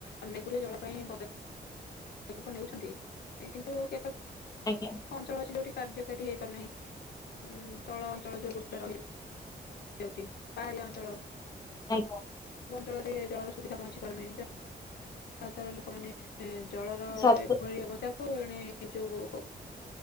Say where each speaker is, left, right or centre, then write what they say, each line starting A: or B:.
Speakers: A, on the left; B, on the left.
A: ଅନେକ ଗୁଡିଏ ଜଳ ପାଇଁ ପଦକ୍ଷେ ପଦକ୍ଷେପ ନେଉଛନ୍ତି, କିନ୍ତୁ କେତେକ
B: ଆଜ୍ଞା।
A: ଅଞ୍ଚଳ ଅଛି ଯୋଉଠି କାର୍ଯ୍ୟକାରୀ ହେଇପାରୁ ନାହିଁ ଉଁ ତଳ ଅଞ୍ଚଳ ଯୋଉଗୁଡିକ ରହିଛି ଅଛି, ପାହାଡ଼ିଆ ଅଞ୍ଚଳ
B: <inaudible>
A: ଯେଉଁ ଅଞ୍ଚଳରେ ଜଳର ସୁବଧା ପହଞ୍ଚି ପାରୁନି ଯାହା ଦ୍ଵାରା ଲୋକମାନେ ଏଁ ଜଳର
B: ସାତ
A: ଏଭଳି ଅବସ୍ଥାକୁୁ ଏଣେ ଯୋଉ